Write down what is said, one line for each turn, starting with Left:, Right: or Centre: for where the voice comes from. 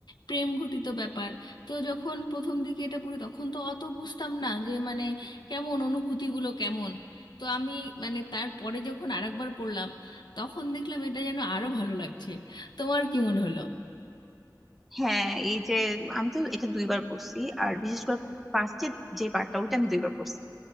Left: প্রেম ঘটিত ব্যাপার তো যখন প্রথম দিকে এটা পড়ি তখন তো অত বুঝতাম না যে মানে কেমন অনুভূতিগুলো কেমন তো আমি মানে তারপরে যখন আরেকবার পড়লাম তখন দেখলাম এটা যেন আরো ভালো লাগছে তোমার কি মনে হলো
Centre: হ্যাঁ এই যে আমি তো এটা দুইবার পড়ছি আর বিশেষ করে ফার্স্টের যে পার্টটা ওইটা আমি দুইবার পড়ছি